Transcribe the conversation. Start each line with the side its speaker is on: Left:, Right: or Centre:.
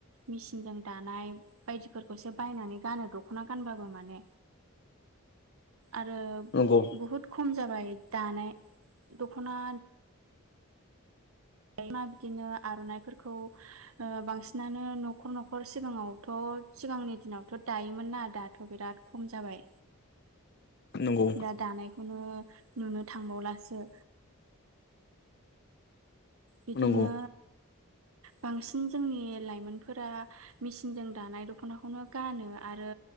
Right: मेसिनजों दानाय बायदिफोरखौसो बायनानै गानो दख'ना। दख'ना गानबाबो माने। आरो
Left: नंगौ
Right: बहुद खम जाबाय दानाय दख'ना। दा बिदिनो आर'नाइफोरखौ ओ बांसिनानो न'खर-न'खर सिगाङावथ'। सिगांनि दिनावथ' दायोमोन ना दाथ' बिराद। खम जाबाय
Left: नंगौ
Right: दा-दानाय। खौनो नुनो थांबावलासो। बिदिनो।
Left: नंगौ
Right: बांसिन जोंनि लाइमोनफोरा मेसिनजों दानाय दख'नाखौनो गानो आरो।